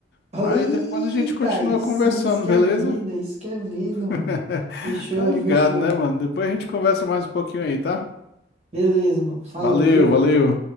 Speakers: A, on the left; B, on the right.
A: mas
B: Eita,
A: depois a gente continua
B: aí
A: conversando,
B: sim, isso que
A: beleza?
B: é vida, isso que é vida, mano.
A: <laughs>
B: Fechou,
A: Tá ligado,
B: fechou.
A: né, mano? Depois a gente conversa mais um pouquinho aí, tá?
B: Beleza, mano. Falou,
A: Valeu,
B: viu?
A: valeu.